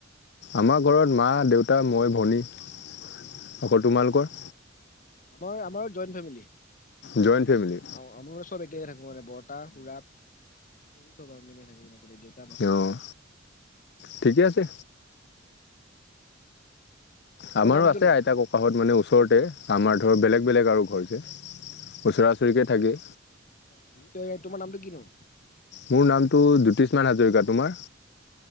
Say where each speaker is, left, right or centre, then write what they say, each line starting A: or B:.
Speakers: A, on the left (about 60°); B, on the left (about 45°).
A: আমাৰ ঘৰত মা, দেউতা, মই, ভনী। আকৌ তোমালোকৰ?
B: আমাৰ-আমাৰ জইণ্ট ফেমিলি।
A: জইণ্ট ফেমিলি
B: আমাৰ -আমাৰ চব একে থাকো মানে বৰটা, খুৰা- কৰি চব আমি থাকো দিয়ক।
A: অওঁ, ঠিকে আছে।
B: তোমাৰ
A: আমাৰো
B: নামটোনো
A: আছে আইতা- ককাহঁত মানে ওচৰতে, আমাৰ ধৰ বেলেগ বেলেগ আৰু ঘৰ যে। ওচৰা ওচৰিকে থাকে।
B: অ এ, তোমাৰ নামতো কিনো?
A: মোৰ নামটো জ্যোতিষ্মান হাজৰিকা। তোমাৰ?